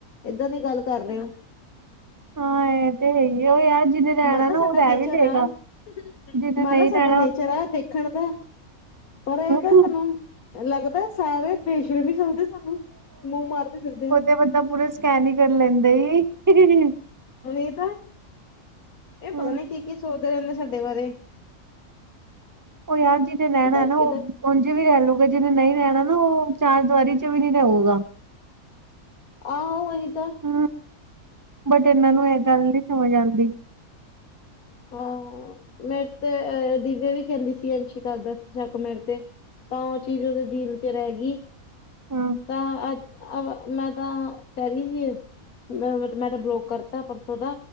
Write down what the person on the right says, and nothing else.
ਹਾਂ ਇਹ ਤੇ ਹੀ ਆ ਉਏ ਆ ਯਾਰ। ਜਿਹਨੇ ਰਹਿਣਾ
ਨਾ
ਉਹ ਰਹਿ
ਵੀ ਲਏਗਾ।
ਜਿਹਨੇ ਨਹੀਂ
ਰਹਿਣਾ
ਉਹਨੂੰ ਨਹੀਂ
ਹੂੰ।
ਇਕ ਬੰਦਾ ਪੁ ਸਕੈਨ ਹੀ ਕਰ ਲੈਂਦੇ ਹੀ ਹੀ ਹੀ ਹੀ।
ਹੂੰ।
ਓ ਯਾਰ ਜਿਦੇ ਨੈਣਾ
ਨਾ ਓ
ਓਂਝ ਵੀ ਰੈਹ ਲੂਗਾ, ਜਿਨੇ ਨਈਂ ਰੈਣਾ ਨਾ ਓ ਚਾਰ ਦਵਾਰੀ 'ਚ ਵੀ ਨਈ ਰਊਗਾ।
ਹੂੰ, ਬਟ ਏਨਾਂ ਨੂੰ ਏ ਗੱਲ ਨਈਂ ਸਮਝ ਆਂਦੀ।
ਹੂੰ।